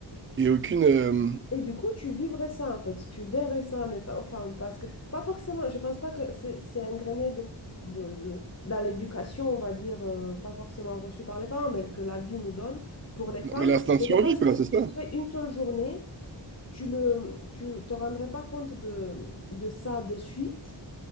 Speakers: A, on the right (about 30°); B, on the left (about 35°).
A: Et aucune... euh,
B: Et du coup, tu vivrais ça, en fait. Tu verrais ça en étant femme. Parce que, pas forcément, je pense pas que c'est c'est ingréné de, de, de- dans l'éducation, on va dire, euh, pas forcément reçue par les parents, mais que la vie nous donne pour les femmes.
A: Non, mais l'instinct de
B: Et
A: survie,
B: je pense
A: quoi,
B: que si
A: c'est ça.
B: tu serais une seule journée, tu le, tu te rendrais pas compte de, de ça de suite,